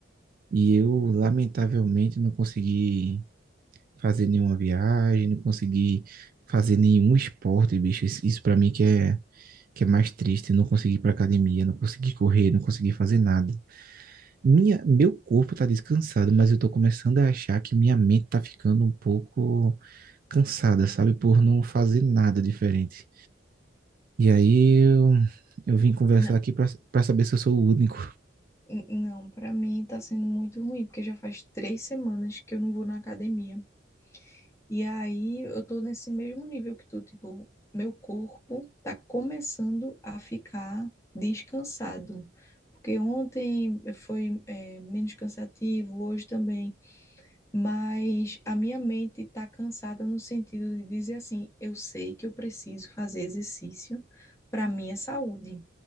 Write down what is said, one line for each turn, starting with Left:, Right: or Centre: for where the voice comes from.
Right: e eu, lamentavelmente, não consegui fazer nenhuma viagem, não conseguir fazer nenhum esporte, bicho. Isso, isso para mim que é, que é mais triste, não conseguir ir pra academia, não conseguir correr, não conseguir fazer nada. Minha, meu corpo tá descansado, mas eu tô começando a achar que minha mente tá ficando um pouco cansada, sabe? Por não fazer nada diferente. E aí eu, eu vim conversar
Left: Não,
Right: aqui pra pra saber se eu sou o único.
Left: n- não, pra mim tá sendo muito ruim, porque já faz três semanas que eu não vou na academia. E aí eu tô nesse mesmo nível que tu, tipo, meu corpo tá começando a ficar descansado. Porque ontem foi, é, menos cansativo, hoje também. Mas a minha mente está cansada no sentido de dizer assim, eu sei que eu preciso fazer exercício para minha saúde.